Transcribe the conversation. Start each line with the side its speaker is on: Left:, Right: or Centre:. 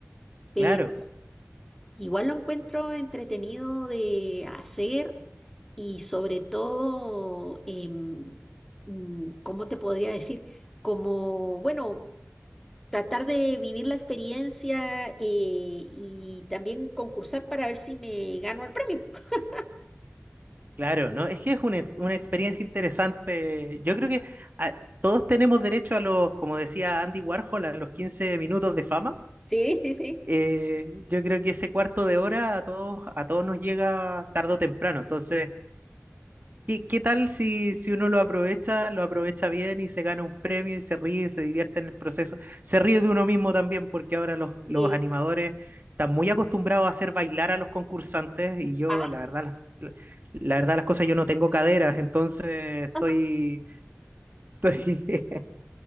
Centre: pero
Right: claro.
Centre: igual lo encuentro entretenido de hacer. y sobre todo, em, mm, ¿cómo te podría decir? Como, bueno, tratar de vivir la experiencia eh, y también concursar para ver si me gano el premio. <laughs>
Right: Claro, ¿no? Es que es una, ex- una experiencia interesante. Yo creo que ah, todos tenemos derecho a los, como decía Andy Warhol, a los 15 minutos de fama.
Centre: Sí, sí, sí.
Right: Eh, yo creo que ese cuarto de hora a todos, a todos nos llega tarde o temprano. Entonces, ¿Qué, qué tal si, si uno lo aprovecha, lo aprovecha bien y se gana un premio y se ríe y se divierte en el proceso? Se ríe de uno mismo también porque ahora los, los
Centre: Eh,
Right: animadores están muy acostumbrados a hacer bailar a los concursantes y yo,
Centre: ah,
Right: la verdad, las- la, la verdad las cosas, yo no tengo caderas, entonces estoy,
Centre: <laughs>
Right: estoy <laughs>